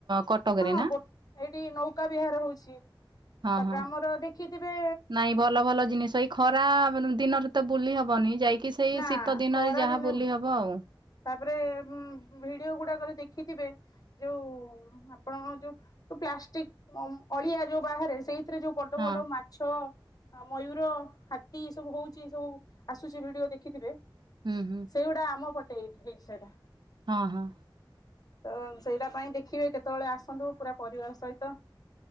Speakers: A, on the right; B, on the left.
A: କଟକରେ
B: ହଁ
A: ନା
B: ଗୋ ଏଇଠି ନୌକା ବିହାର ହଉଛି
A: ହଁ
B: ତାପରେ
A: ହଁ।
B: ଆମର ଦେ ଖି ଥିବେ
A: ନାଇଁ ଭଲ ଭଲ ଜିନିଷ ଏଇ ଖରା ଦିନରେ ତ ବୁଲି ହବନି ଯାଇକି ସେଇ
B: ନା
A: ଶୀତ ଦିନରେ
B: ଖରା
A: ଯାହା
B: ଦିନେ
A: ବୁଲି ହବ ଆଉ।
B: ତାପରେ ଉଁ ଭିଡିଓ ଗୁଡାକରେ ଦେଖିଥିବେ ଯୋଉ ଆପଣଙ୍କ ଯୋଉ ପ୍ଲାଷ୍ଟିକ ଅମ୍ ଅଳିଆ ଯୋଉ ବାହାରେ ସେଇଥିରେ ଯୋଉ ବଡ଼
A: ହଁ
B: ବଡ଼ ମା ଛ ମୟୂର, ହାତୀ ଏ ସବୁ ହଉଛି ସବୁ ଆସୁଛି ଭିଡିଓ ଦେଖିଥିବେ।
A: ହୁଁ ହୁଁ
B: ସେଇଗୁଡା ଆମ ପଟେ ଠିକ୍ ହେଇ ସେଇଟା।
A: ହଁ ହଁ।
B: ତ ସେଇଟା ପାଇଁ ଦେଖିବେ କେତେବେଳେ ଆସନ୍ତୁ ପୁରା ପରିବାର ସହିତ।